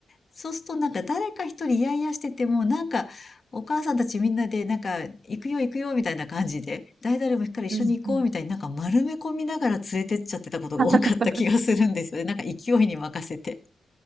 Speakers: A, on the left; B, on the right.
A: そうするとなんか誰か一人イヤイヤしてても、なんかお母さんたちみんなでなんか行くよ行くよみたいな感じで、誰々も行くから一緒に行こうみたいになんか丸め込みながら連れてっちゃってたことが多かった気がするんですよね。
B: うんうん。<laughs>
A: なんか勢いに任せて。